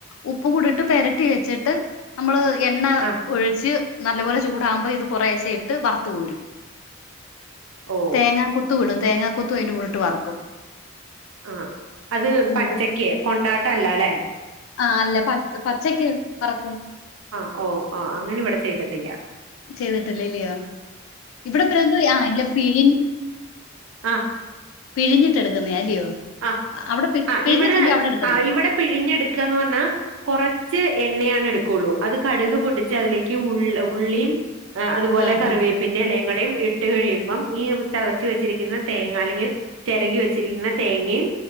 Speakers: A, on the left; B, on the right.
A: ഉപ്പും കൂടിട്ട് പെരട്ടി വെച്ചിട്ട് നമ്മള്. എണ്ണ
B: ആ
A: ഒഴിച്ച് നല്ല പോലെ ചൂടാകുമ്പോ ഇത് കൊറേശ ഇട്ട് വറുത്തു കോരും.
B: ഓ
A: തേങ്ങ കൊ ത്ത് ഇടും, തേങ്ങാ കുത്തും അതി്ന്റെ കൂടെഇട്ട് വറക്കും.
B: ആഹ്, അത്
A: ഉം.
B: പച്ചക്ക്, കൊണ്ടാട്ട അല്ല ലെ?
A: ആഹ് അല്ല പ പച്ചക്ക് വറക്കും.
B: ആഹ്, ഓ അങ്ങനെ ഇവിടെ ചെയ്തിട്ടില്ല.
A: ചെയ്തട്ടല്ല ല്ലയോ? ഇവിടെപ്പ എന്ത ആ അ പിഴിൻ.
B: ആഹ്
A: പിഴിഞ്ഞിട്ട എടുക്കുന്നേ അല്ലയോ?
B: ആ
A: അവിടെ പിഴിഞ്ഞിട്ടല്ലോ
B: ആ ഇവിടെ
A: അവിടെ എടുക്കുന്നേ?
B: ആ ഇവിടെ പിഴിഞ്ഞെടുക്കാന്ന് പറഞ്ഞാൽ, കുറച്ച് എണ്ണയാണ് എടുക്കുള്ളൂ. അത് കടുക് പൊടിച്ച് അതിലേക്ക്. ഉള്ള ഉള്ളീം അ അതുപോലെ
A: ആ
B: കറിവെ
A: ആ
B: പിന്നെ, ലേങ്കടെയും ഇട്ട് കഴിയുമ്പം ഈ ചതച്ച് വെച്ചിരിക്കുന്ന തേങ്ങ അല്ലെങ്കിൽ ചിരകി വെ വച്ചിരിക്കുന്ന തേങ്ങയും